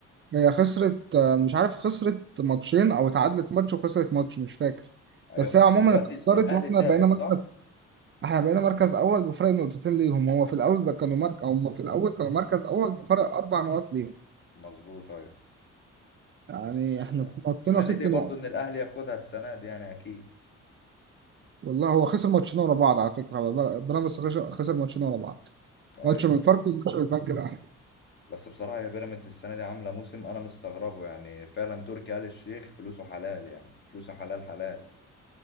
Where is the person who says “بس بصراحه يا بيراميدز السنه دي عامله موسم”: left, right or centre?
Left